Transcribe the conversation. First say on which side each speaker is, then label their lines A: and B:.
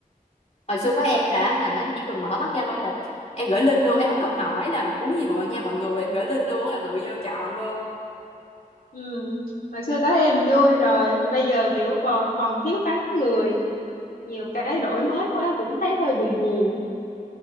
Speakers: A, on the left; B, on the left.
A: hồi xưa có em là hả
B: Ừ.
A: chỉ cần mở mắt ra thôi là em gửi link luôn em không cần hỏi là uống gì mọi nha mọi người em gửi link luôn á là tự vô chọn luôn
B: Ừ, hồi xưa các em vui rồi, bây giờ kiểu vào phòng thiếu vắng người, nhiều cái đổi mới quá cũng thấy hơi buồn buồn.